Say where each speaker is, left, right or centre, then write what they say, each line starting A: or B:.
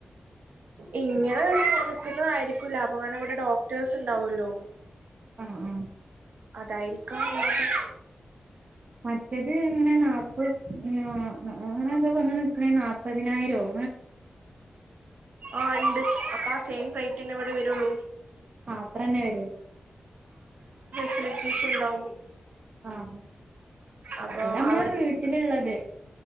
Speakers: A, on the right; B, on the right.
A: ഇങ്ങനെ നിക്കുന്നതായിരിക്കും ലാഭം കാരണം ഇവിടെ ഡോക്ടേഴ്സുണ്ടാവുല്ലോ.
B: ആ ആ
A: അതായിരിക്കാം ലാഭം.
B: മറ്റത് ഇങ്ങനെ നാപസ് ഇങ്ങനെ അങ്ങനെ എന്തോ വന്ന് നിക്കണേന് നാപ്പതിനായിരവൊ
A: ആ ഇണ്ട് അപ്പ ആ സെയിം റെയിറ്റ് റ്റന്നെ ഇവിടെ വരുള്ളൂ.
B: അത്രന്നെ വരൂ.
A: ത്രീ പീസ് ഉണ്ടാവും.
B: ആം
A: അപ്പൊ
B: മറ്റേ നമ്മടെ
A: അവിടെ
B: വീട്ടിലുള്ളത്.